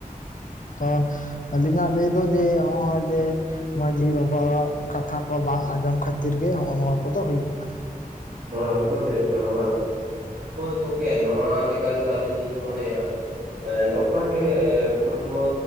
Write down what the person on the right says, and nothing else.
ᱚᱱᱟ ᱠᱚᱫᱚ ᱦᱩᱭᱩᱜ ᱠᱟᱱᱟ ᱵᱟᱝ᱾ ᱦᱳᱭ ᱜᱚᱝᱠᱮ ᱱᱚᱣᱟ ᱞᱮᱠᱟ ᱛᱮᱫᱚ ᱟᱹᱞᱤᱧ ᱞᱤᱧ ᱢᱚᱱᱮᱭᱟ ᱮ ᱱᱚᱝᱠᱟ ᱜᱮ ᱯᱟᱹᱴᱷᱩᱣᱟᱹ